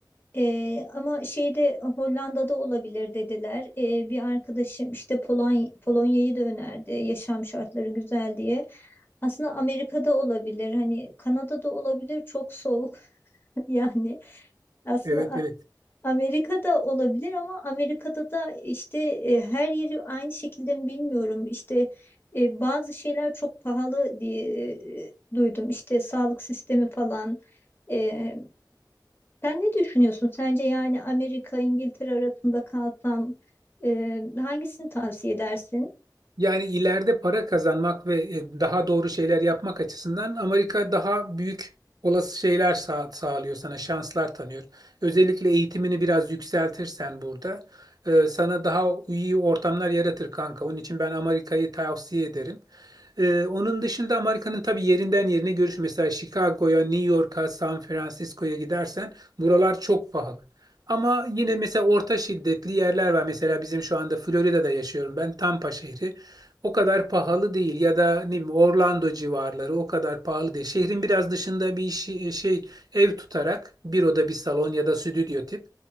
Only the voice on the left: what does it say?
E, ama şeyde Hollanda'da olabilir dediler. E, bir arkadaşım işte Polony Polonya'yı da önerdi. Yaşam şartları güzel diye. Aslında Amerika'da olabilir. Hani Kanada'da olabilir. Çok soğuk <laughs> yani. Aslında
Amerika'da olabilir ama Amerika'da da işte e, her yeri aynı şekilde mi bilmiyorum. İşte e, bazı şeyler çok pahalı diye e, duydum. İşte sağlık sistemi falan. E, sen ne düşünüyorsun? Sence yani Amerika, İngiltere arasında kalsam e, hangisini tavsiye edersin?